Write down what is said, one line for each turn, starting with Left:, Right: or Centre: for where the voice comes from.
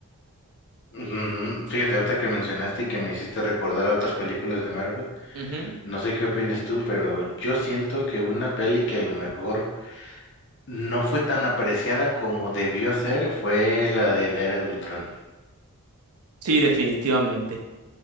Left: Ujú. Fíjate, ahorita que mencionaste y que me hiciste recordar a otras películas de Marvel,
Right: Ujú.
Left: no sé qué opinas tú, pero yo siento que una peli que a lo mejor no fue tan apreciada como debió ser fue la de la Era de Ultrón.
Right: Sí, definitivamente.